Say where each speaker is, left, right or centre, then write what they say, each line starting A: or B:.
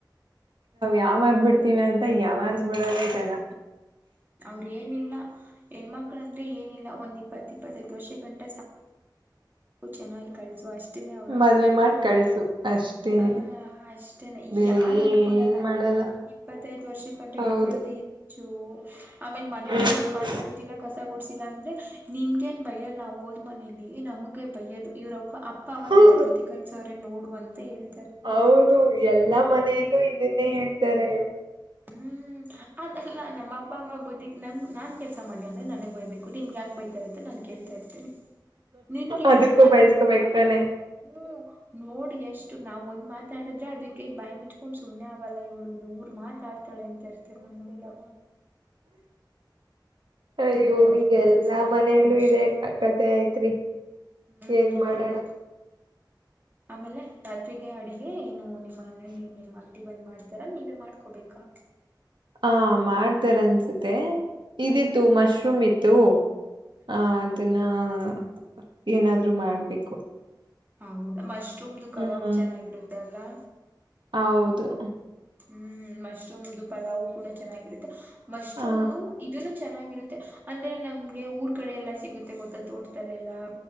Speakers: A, on the right; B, on the right.
A: ಯಾವ್ಾಗ್ಬಿಡ್ತಿೀವಿ ಅಂತ ಯಾವ ಮಾರಸ್ ಬಿಿಡೋ ಬೇಜಾನ
B: ಅವ್ರ ಏನಿಲ್ಲ ಹೆಣ್ಮಕ್ಳಂದ್ರೆ ಏನಿಲ್ಲ ಒಂದ್ ಇಪ್ಪತ್ ಇಪ್ಪತ್ತೈ್ ವರ್ಷ ಗಂಟ ನವು ಚೆನ್ನಾಗಿ ಕಳ್ಸೋ ಅಷ್ಟೇ ಅವ್ರು ಅನ್ಕೊಂಡಿರರು
A: ಮದ್ವೆ ಮಾಡಿ ಕಳ್ಸು ಅಷ್ಟೇನೆ
B: ಹಹ ಅಷ್ಟೇನೆ
A: ಬೇರೆ
B: ಯಾರು
A: ಏನ್
B: ಇಟ್ಕೊೊಳ್ಳಲ್ಲ
A: ಮಾಡಲ್ಲ
B: ಇಪ್ಪತ್ತೈದ ವರ್ಷ ಕಂಟು
A: ಹೌದು
B: ಇಟ್ಕೊೊಳ್ಳದೇ ಹೆಚ್ಚು ಆಮೇಲ್ ಮನೇಲಿ
A: ಹ್ಮ್
B: ಒಂದ್ ಪಾಲು ತೊಳದಿಲ್ಲ ಕಸ ಕೊಡ್ಸಿಲ್ಲ ಅಂದ್ರೆ ನಿಮ್ಗೆೇನ್ ಭಯಲ್ಲ ಓದ್ ಮನೇಲಿ ನಮ್ಗೆ ಬಯದು ಇವ್ರ ಅಪ್ಪ ಅವ
A: ಹೌದು
B: ಎಂತ ಬುದ್ಧಿ ಕಲ್ಸ್ರ ನೋಡುವಂತ ಹೇಳೇ
A: ಹೌದು ಎಲ್ಲಾ ಮನೆ ಮೇಲ ಇದನ್ನೇ ಹೇಳ್ತಾರೆ
B: ಹ್ಮ್ ಅಲ್ಲ ನಮ್ಮ ಅಪ್ಪ ಅಮ್ಮ ಬುದ್ಧಿಿಗೆ ನಮ್ ನಾನ್ ಕೆಲಸ ಮಾಡ್ಲಿ ಅಂದ್ರೆ ನನಗ್ ಬಯಬೇಕು ನಿಮಗೆ್ಯಾಂಗ ಬೈತಾರೆ ಅಂತ ನಾನು ಕೇಳ್ತಾ ಇರ್ತೀನಿ ನಿನ್ಗೇನ್ನಲ್ಲ
A: ಅದಕ್ಕೂ ಬಯಸ್ಕೋಬೇಕತಾನೆ
B: ಗಣವವ ಹ್ಮ ನೋಡಿ ಎಷ್ಟ ಷ್ಟು ನಾವ್ ಒಂದ್ ಮಾತಾಡಿದ್ರೆ ಅದಕ್ಕೆ ಬಯ ಮುಚ್ಕೊಂಡುಮ್ಮನೆಗಲ್ಲ ಇವಳು ನೂರ್ ಮಾತಾಡ್ ಹತಾಳೆ ಎಂತ ಇರ್ತಾರೆ ನಮ್ಮ್ ಮನಲಿವ
A: ಅಯ್ಯೋ ಈಗೆಲ್ಲಾ
B: ಬರುತ್ತೆ ಸುಮ್ನೆ
A: ಮನೆಯಲ್ಲೂ
B: ಆಗ್ತೀನಿ ಅಷ್ಟೇ
A: ಇದೆ ಕತೆ ಆಐತ್ರಿ
B: ಹ್ಮ್
A: ಏನ್ ಮಾಡೋಣ
B: ಹೌದು ಆಮೇಲೆ ರಾತ್ಗೆ ಅಡಿಗೆ ನಾವು ನಿಮ್ಮನವು ನಿಮ್ಮ್ತ್ತಿ ಬ್ ಮಾಡ ರ ನೀವೇ ಮಾಡ್ಕೋಬೇಕಾ
A: ಹಾ ಮಾಡ್ತಾರ ಅನ್ಸುತ್ತೆ ಇದಿತ್ತು
B: ಹ್ಮ್
A: ಮಶ್ರೂಮ್ ಇತ್ತು ತ್ತು
B: ಹ್ಮ್
A: ಹಾ ಅದನ್ನ ಹ ಏನಾದ್ರು ಮಾಡ್ಬೇಕು
B: ಹೌದಾ ಮಶ್ರೂಮ್ದ ಕಬಾಬ
A: ಹ್ಮ್
B: ಚೆನ್ನಾಗಿರುತ್ತ ಅಲ್ಲಾ
A: ಹೌದು
B: ಹ್ಮ್ ಮಶ್ರೂಮ್ದು ಪಲಾವ್ ಕೂಡ ಚೆನ್ನಾಗಿರುತ್ತೆ ಮಶ್ರೂಮ್
A: ಹ
B: ಇದನ್ನು ಚೆನ್ನ ರುತ್ತ ಅಂದ್ರೆ ನಮ್ಗೆ ಊರ್ ಕಡೆ ಎಲ್ಲ ಸಿಗುತ್ತೆ ಗೊತ್ತಾ ತೋಟದಲ್ಲೆಲ್ಲಾ